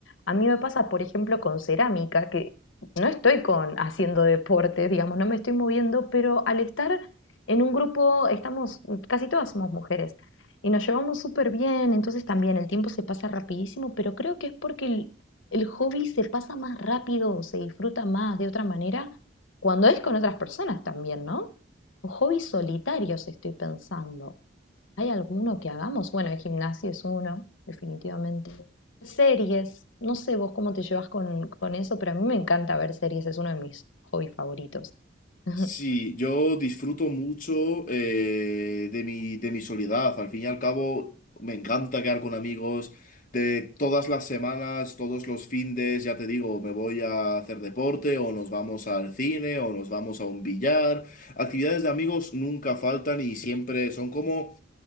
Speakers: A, on the left; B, on the left.
A: A mí me pasa, por ejemplo, con cerámica, que no estoy con haciendo deporte, digamos, no me estoy moviendo, pero al estar en un grupo, estamos, casi todas somos mujeres y nos llevamos súper bien, entonces también el tiempo se pasa rapidísimo, pero creo que es porque el, el hobby se pasa más rápido, se disfruta más de otra manera cuando es con otras personas también, ¿no? O hobbies solitarios estoy pensando. ¿Hay alguno que hagamos? Bueno, el gimnasio es uno, definitivamente. Series, no sé vos cómo te llevas con, con eso, pero a mí me encanta ver series, es uno de mis hobbies favoritos. <laughs>
B: Sí, yo disfruto mucho eh, de mi, de mi soledad. Al fin y al cabo, me encanta quedar con amigos de todas las semanas, todos los findes, ya te digo, me voy a hacer deporte o nos vamos al cine o nos vamos a un billar. Actividades de amigos nunca faltan y siempre son como